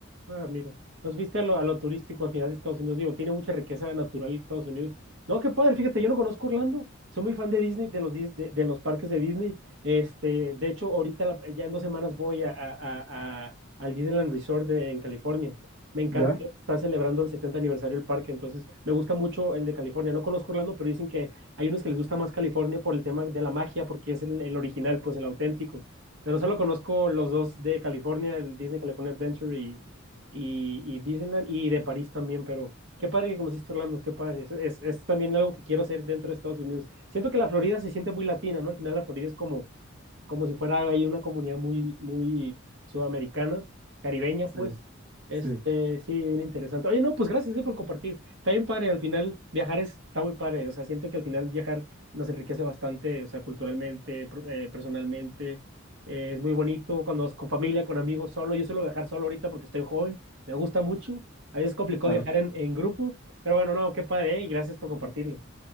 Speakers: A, on the right; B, on the right.
A: Ah, mira. Entonces viste a lo, a lo turístico al final de Estados Unidos. Digo, tiene mucha riqueza natural Estados Unidos. No, qué padre, fíjate, yo no conozco Orlando. Soy muy fan de Disney, de los, Dis- de, de los parques de Disney. Este, de hecho, ahorita la- ya en dos semanas voy a, a- a- a- al Disneyland Resort de- en California. Me encanta,
B: ¿Ya?
A: está celebrando el 70 aniversario del parque, entonces me gusta mucho el de California. No conozco Orlando, pero dicen que hay unos que les gusta más California por el tema de la magia, porque es el, el original, pues el auténtico. Pero solo conozco los dos de California, el Disney California Adventure y, y Disneyland y de París también, pero qué padre que conociste Orlando, qué padre. Es, es, es también algo que quiero hacer dentro de Estados Unidos. Siento que la Florida se siente muy latina, ¿no? Al final la Florida es como, como si fuera ahí una comunidad muy, muy sudamericana, caribeña,
B: Sí,
A: pues. Este,
B: sí,
A: sí, bien interesante. Oye, no, pues gracias eh, por compartir. Está bien padre, al final viajar es- está muy padre. O sea, siento que al final viajar nos enriquece bastante, o sea, culturalmente, pro- eh, personalmente. Eh, es muy bonito cuando vas con familia, con amigos, solo. Yo suelo viajar solo ahorita porque estoy joven, me gusta mucho. A veces es complicado
B: claro.
A: viajar en, en grupo, pero bueno, no, qué padre, eh, y gracias por compartirlo.